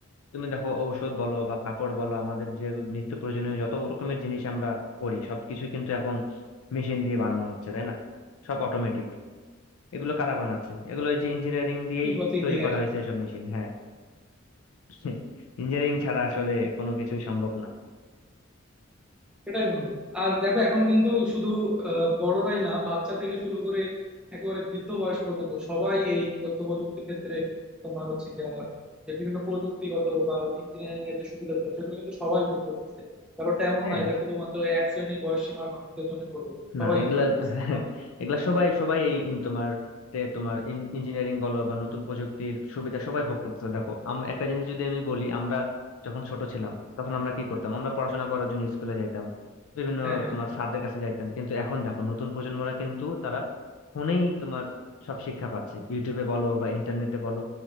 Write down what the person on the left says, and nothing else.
তুমি দেখো ঔষধ বলো বা কাপড় বলো আমাদের যে নিত্য প্রয়োজনীয় যত রকমের জিনিস আমরা করি সবকিছু কিন্তু এখন মেশিন দিয়ে বানানো হচ্ছে তাই না সব অটোমেটিক এগুলো কারা বানাচ্ছে এগুলো এই যে ইঞ্জিনিয়ারিং দিয়েই
তৈরি করা হয়েছে এসব মেশিন হ্যাঁ <laughs> ইঞ্জিনিয়ারিং ছাড়া আসলে কোনো কিছুই সম্ভব না
হ্যাঁ
না
এগুলা
<laughs>
এগুলা সবাই সবাই এই ইন তোমার তে তোমার ইঞ্জিনিয়ারিং বলো বা নতুন প্রযুক্তির সুবিধা সবাই ভোগ করতেছে দেখো আম একটা জিনিস যদি আমি বলি আমরা যখন ছোট ছিলাম তখন আমরা কি করতাম আমরা পড়াশোনা করার জন্য স্কুলে যাইতাম বিভিন্ন
তোমার স্যারদের কাছে যাইতাম কিন্তু এখন দেখো নতুন প্রজন্মরা কিন্তু তারা ফোনেই তোমার সব শিক্ষা পাচ্ছে ইউটিউবে বলো বা ইন্টারনেটে বলো